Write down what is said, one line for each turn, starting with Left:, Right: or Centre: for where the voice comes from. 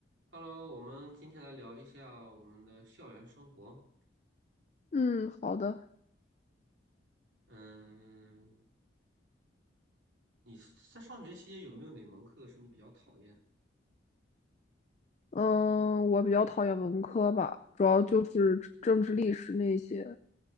Right: Hello，我们今天来聊一下我们的校园生活。
Left: 嗯，好的。
Right: 嗯，你在上学期间有没有哪门课是你比较讨厌的？
Left: 嗯，我比较讨厌文科吧，主要就是政治、历史那些，